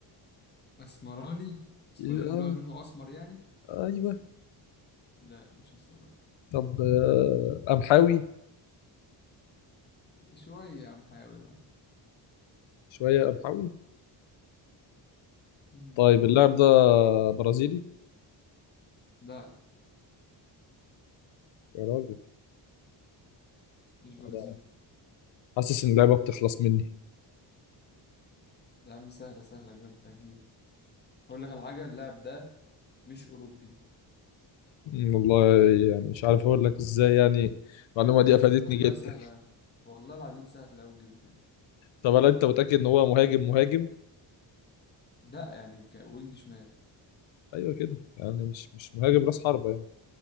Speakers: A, on the left; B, on the left.
A: اسمراني اسمراني
B: اه
A: اللي هو لونه اسمر يعني
B: ايوه
A: لا مش اسمراني
B: طب آه، قمحاوي
A: شوية يا عم حاول يا عم
B: شويه قمحاوي
A: مم.
B: طيب اللاعب ده برازيلي
A: لا
B: يا راجل
A: مش برازيل
B: انا حاسس ان اللعبه بتخلص مني
A: ده يا عم سهلة سهلة بجد هتجيب اقول لك على حاجة اللاعب ده مش اوروبي
B: أمم، والله يعني مش عارف اقول لك ازاي يعني المعلومه دي افادتني
A: والله
B: جدا
A: سهلة والله العظيم سهلة اوي تجيبه كده
B: طب هل انت متاكد ان هو مهاجم مهاجم
A: لا يعني كوينج شمال
B: ايوه كده يعني مش مش مهاجم راس حربه يعني